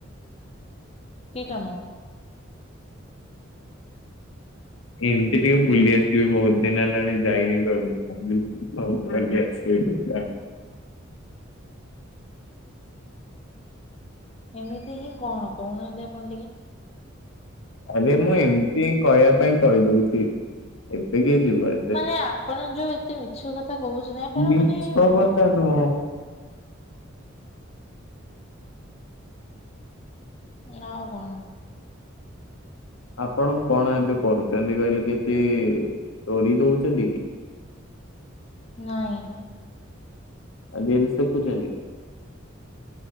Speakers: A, on the left; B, on the left.
A: କି କାମ?
B: ଏମିତି ଟିକେ ବୁଲି ଆସିବି ବହୁତ ଦିନ ହେଲାଣି ଯାଇନି। ହଉ ଭାବିଲି ବୁଲି ଆସିବା। <unintelligible>
A: ଏମିତି ହିଁ କଣ କହୁନାହାଁନ୍ତି ଆପଣ ଟିକେ?
B: ଆବେ ମୁଁ ଏମିତି ହିଁ କହିବା ପାଇଁ କହିଦଉଚି। ଏବେ କିଏ ଯିବ ଆ
A: ମାନେ ଆପଣ ଯୋଉ ଏତେ ମିଛ କଥା କହୁଛନ୍ତି। ଆପଣ
B: ମିଛ
A: ମାନେ ବହୁତ
B: କଥା ନୁହଁ।
A: ନା ଆଉ କଣ?
B: ଆପଣ କଣ ଏବେ କରୁଚନ୍ତି କହିଲେ କିଛି ଷ୍ଟୋରି ଦଉଚନ୍ତି କି?
A: ନାଇଁ।
B: ଆଉ ରିଲ୍ସ ଦେଖୁଚନ୍ତି?